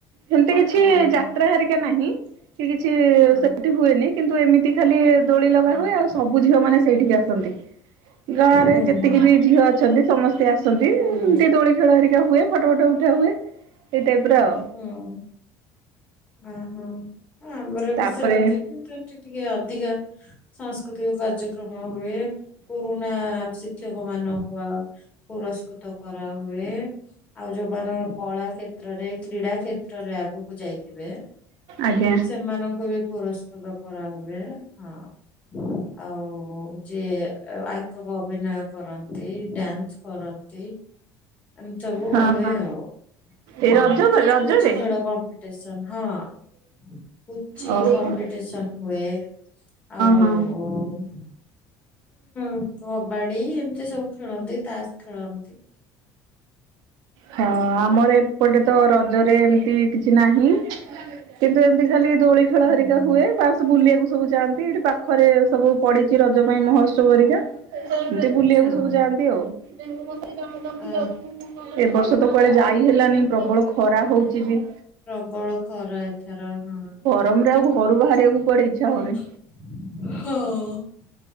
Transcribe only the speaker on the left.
ହଁ
ହଁ
ହଁ
ହୁଁ
ହୁଁ
ହୁଁ।
ହୁଁ। ଓହୋ ଆମର
ବି ସେମିତି ପ୍ରକାର। ଟି ଟିକେ ଅଧିକା ସାଂସ୍କୃତିକ କାର୍ଯ୍ୟକ୍ରମ ହୁଏ ପୁରୁଣା ସି କ୍ଷକ ମାନଙ୍କୁ ଆ ପୁରସ୍କୁତ କରାହୁଏ ଆଉ ଯୋଉମାନ କଳା କ୍ଷେତ୍ରରେ କ୍ରୀଡ଼ା କ୍ଷେତ୍ରରେ ଆଗକୁ ଯାଇ ଥିବେ
ସେମାନଙ୍କୁ ବି ପୁରସ୍ କୁତ କରା ହୁଏ ହଁ। ଆଉ ଯିଏ ଆଙ୍କକ ଅଭିନୟ କରନ୍ତି ଡ୍ୟାନ୍ସ କରନ୍ତି ଏମତି ସବୁ
ହୁଏ
ଆଉ।
ହୁଁ
ପୁଚି ଖେଳ କମ୍ପିଟିସନ ହଁ ପୁଚି
କମ୍ପିଟ୍
ଟିସନ୍ ହୁଏ ଆଉ
ଉ କବାଡ଼ି ଏମିତି ସବୁ ଖେଳନ୍ତି ତାସ ଖେଳନ୍ତି।
ହୁଁ।
ହଁ
ଅ
ପ୍ରବଳ ଖରା ଏଥର ହଁ।
ହଁ।